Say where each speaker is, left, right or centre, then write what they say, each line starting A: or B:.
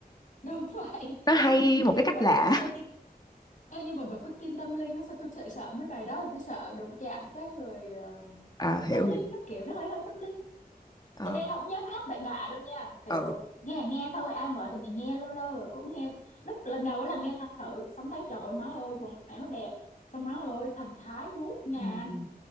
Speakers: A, on the left; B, on the left.
A: đúng vậy
B: nó
A: <laughs>
B: hay
A: ê,
B: một
A: ê,
B: cái
A: nhưng
B: cách
A: mà
B: lạ
A: bà có tin ê, nhưng mà bà có tin tâm linh á sao tôi sợ sợ mấy bài đó tôi sợ đụng chạm tới người ờ,
B: à
A: t-
B: hiểu
A: tâm linh
B: hiểu
A: á kiểu nó hơi hơi tâm linh
B: ờ
A: cho nên không dám hát bậy bạ đâu nha kiểu
B: ừ.
A: nghe nghe thôi ai mở thì mình nghe lâu lâu rồi cũng nghe lúc lần đầu ấy là nghe thử xong thấy trời ơi má ơi quần áo nó đẹp xong má ơi thần thái ngút ngàn
B: Ừ. ừ.